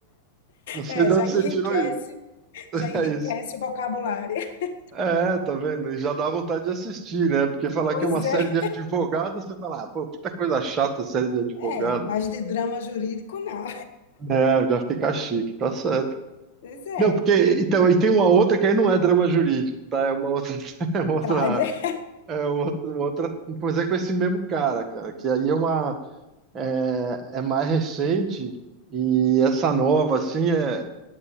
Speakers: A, on the right (about 30°); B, on the left (about 55°).
A: não sei
B: É,
A: de
B: já
A: onde
B: enriquece,
A: você tirou isso. <laughs>
B: já enriquece
A: É isso.
B: o vocabulário. <laughs>
A: É, tá vendo? E já dá vontade de assistir, né? Porque falar
B: Pois
A: que é uma série
B: é,
A: de advogados, você fala, ah, pô, puta coisa chata série de advogado.
B: é, mas de drama jurídico não.
A: É, já fica chique, tá certo.
B: Pois é,
A: Não, porque, então, e tem uma outra que aí não é drama jurídico, tá? É uma outra, <laughs> é uma outra,
B: tá. de-
A: é outra, uma outra, mas é com esse mesmo cara, cara, que aí é uma, é, é mais recente e essa nova, assim, é,